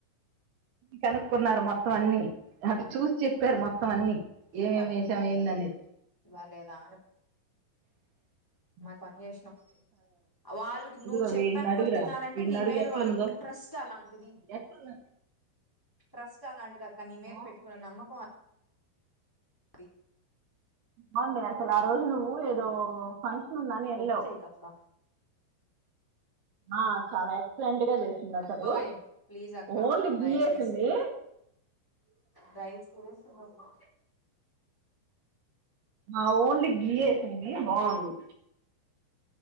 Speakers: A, on the right; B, in the centre.
A: కనుక్కున్నారు మొత్తం అన్ని అట్ట చూసి చెప్పారు మొత్తం అన్నీ
B: ఏం
A: ఏమేమి
B: కనుకున్నా
A: వేసాం ఏందనే
B: బాలేదా
A: <inaudible>
B: మన పని చేసినాం వాళ్ళకి
A: ఇదిగో
B: నువ్వు చెప్పాక
A: వీడిని అడుగురా
B: కూడా తిన్నారంటే
A: వీడిని
B: నీ
A: అడుగు
B: మీద
A: ఎట్లుందో
B: వాళ్ళకుంట్రస్ట్ అలాంటిది
A: ఎట్లుంది
B: ట్రస్ట్ అలాంటిది అక్క నీ మీద
A: బాగుంది
B: పెట్టుకున్న నమ్మకం ది
A: అవునులే అసలు ఆ రోజు నువ్వు ఏదో ఫంక్షన్ ఉందఅని వెళ్ళవు
B: ఒగ్గు చేయకు అక్క
A: ఆ చాలా ఎక్స్లె చేసింది అసలు
B: అక్కోయ్ ప్లీజ్ అక్క
A: ఓన్లీ గీ
B: దయచేసి
A: వేసింది
B: దయచేసి నువ్వు
A: ఆ ఓన్లీ గీ వేసింది బాగుంది